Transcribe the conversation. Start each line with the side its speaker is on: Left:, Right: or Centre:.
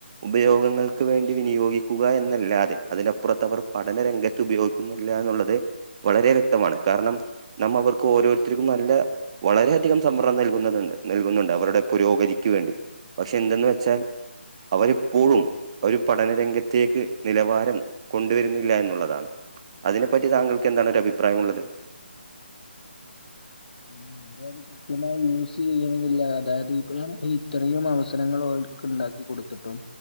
Right: ഉപയോഗങ്ങൾക്ക് വേണ്ടി വിനിയോഗിക്കുക എന്നല്ലാതെ അതിനപ്പുറത്ത് അവർ പഠനരംഗ ത്ത് ഉപയോഗിക്കുന്നില്ല എന്നുള്ളത് വളരെ വ്യക്തമാണ് കാരണം നാം അവർക്ക് ഓരോരുത്തർക്കും നല്ല വളരെയധികം സംവരണം നൽകുന്നതു നൽകുന്നുണ്ട് അവരുടെ പുരോഗതിക്ക് വേണ്ടി പക്ഷെ എന്തെന്ന് വെച്ചാൽ അവരിപ്പോഴും ഒരു പഠനരംഗത്തേക്ക് നിലവാരം കൊണ്ടുവരുന്നില്ല എന്നുള്ളതാണ് അതിനെപ്പറ്റി താങ്കൾക്ക് എന്താണൊരഭിപ്രായമുള്ളത്
Left: <unintelligible> കൃത്യമായി യൂസെയ്യണം ന്നില്ല അതായത് ഇപ്പ നാം ഇത്രയും അവസരങ്ങൾ ഓൽക്ക് ഇണ്ടാക്കി കൊടുത്ത്ട്ടും